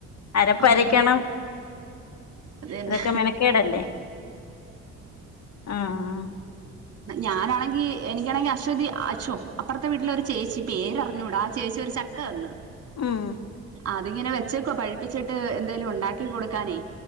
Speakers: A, on the left; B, on the right.
A: അരപ്പരക്കണം.
B: ആഹ് അതന്നെ
A: അതൊക്കെ മെനക്കേടല്ലേ ആഹ്
B: ഞാനാണങ്കി എനിക്കാണങ്കി അശ്വതി അഷ്യോ അപ്പർത്തെ വീട്ടിലെ ഒരു ചേച്ചി പേര്റിഞ്ഞൂടാ ഒരു ച ചക്ക തന്ന്
A: ഉം
B: അതിങ്ങനെ വെച്ചേക്കുവാ പഴിപ്പിച്ചിട്ട് എന്തേലും ഉണ്ടാക്കി കൊടുക്കാനേ.